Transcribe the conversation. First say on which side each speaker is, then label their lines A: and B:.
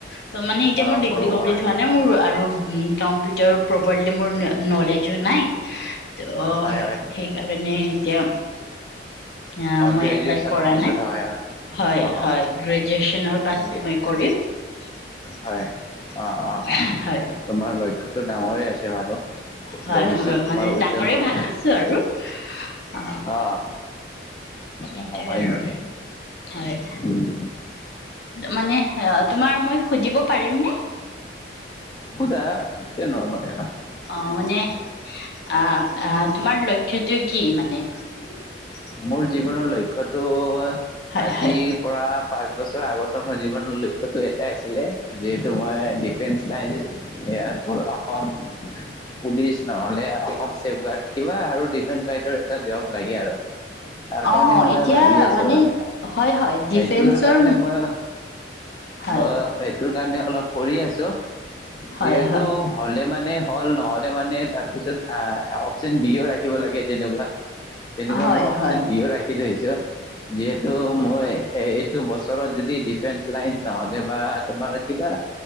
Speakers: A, on the left; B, on the left.
A: ত', মানে এতিয়া
B: অ
A: মোৰ ডিগ্ৰী
B: সৰু
A: কমপ্লিট
B: পৰাই
A: হোৱা নাই মোৰ আৰু কম্পিউটাৰ প্ৰপাৰলি মোৰ নলেজো নাই অ',
B: হয় হয়
A: ঠিক আ নে এতিয়া অ', মই
B: গ্ৰেজুৱেশ্যনৰ
A: এপ্লাই কৰা
B: পিছত
A: নাই।
B: হয় হয়
A: হয়
B: অ
A: হয়, গ্ৰেজুৱেচনৰ পাছত
B: হয় নেকি
A: মই কৰিম। <inaudible>
B: হয়
A: <inaudible>
B: অ', অ',
A: হয়
B: তোমাৰ লক্ষ্য ডাঙৰে আছে বাৰু,
A: হয়
B: ভৱিষ্যত
A: মোৰ
B: তোমাৰ
A: মানে
B: উজ্জ্বল
A: ডাঙৰে
B: হওঁক।
A: ভাবিছো আৰু অ
B: অ',
A: এইটোয়ে
B: অ', হয়
A: আৰু
B: নেকি?
A: হয়।
B: উম
A: মানে, তোমাৰ মই সুধিব পাৰিমনে?
B: সুদা কিয় <unintelligible>
A: অ', মানে অ', তোমাৰ লক্ষ্যটো কি মানে? <unintelligible>
B: মোৰ জীৱনৰ লক্ষ্য তো
A: হয়
B: আজিৰ
A: হয়
B: পৰা পাঁচ বছৰৰ আগতৰ মোৰ জীৱনৰ লক্ষ্যটো এটাই আছিলে। যিহেতু মই ডিফেন্স লাইন এই অসম পুলিচ নহলে অসম ছেফ গাৰ্ড। কিবা আৰু ডিফেন্স লাইডৰ এটা জব লাগে আৰু তাৰ
A: অ',
B: কাৰণে মই
A: এতিয়া
B: ভাবি আছো
A: মানে হয় -হয় ডিফেন্সৰ
B: সেইটোৰ কাৰণে মই মই
A: হয়।
B: সেইটোৰ কাৰণে অলপ পঢ়ি আছো।
A: হয়
B: যিহেতু
A: হয়
B: হলে মানে হ'ল নহলে মানে তাৰপিছত আহ অপচন বিও ৰাখিব লাগে যেনেকুৱা তেনেকুৱা
A: হয়-হয়।
B: মোৰ অপচন বিও ৰাখি থৈছো। যিহেতু মই হেৰিত বছৰত যদি ডিফেন্স লাইন নহ'লে বা তোমাৰ কিবা